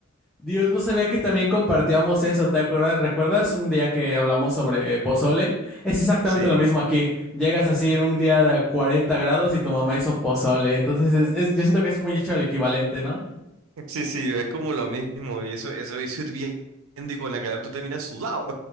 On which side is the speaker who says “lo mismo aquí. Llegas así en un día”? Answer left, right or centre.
Centre